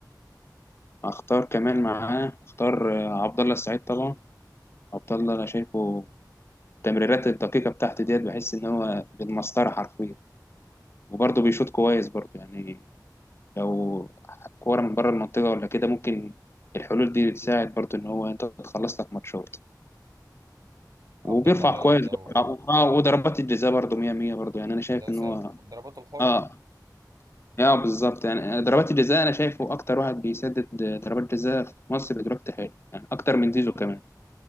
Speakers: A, on the left; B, on the right.
A: أختار كمان معاه أختار آه، عبد الله السعيد طبعا عبد الله أنا شايفه التمريرات الدقيقة بتاعته ديت بحس إن هو بالمسطرة حرفيا وبرضه بيشوط كويس برضه يعني لو كورة من بره المنطقة ولا كده ممكن الحلول دي تساعد برضه إن هو أنت تخلص لك ماتشات
B: عبد
A: وبيرفع
B: الله فعلا
A: كويس
B: اداؤه
A: برضه. اه وضربات الجزاء برضه 100 100 برضه يعني انا شايف
B: اداؤه
A: ان
B: ثابت
A: هو
B: ضرباته الحره
A: اه اه بالظبط يعني ضربات الجزاء انا شايفه اكتر واحد بيسدد ضربات جزاء في مصر دلوقتي حلو يعني اكتر من زيزو كمان